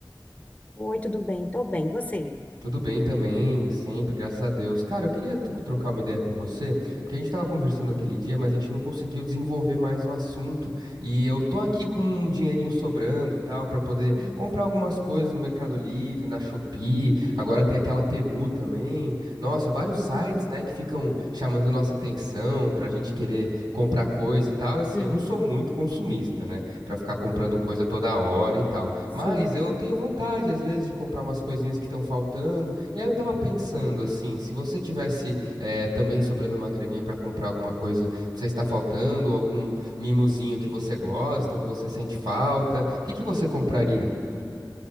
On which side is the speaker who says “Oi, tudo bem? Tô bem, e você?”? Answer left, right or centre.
Left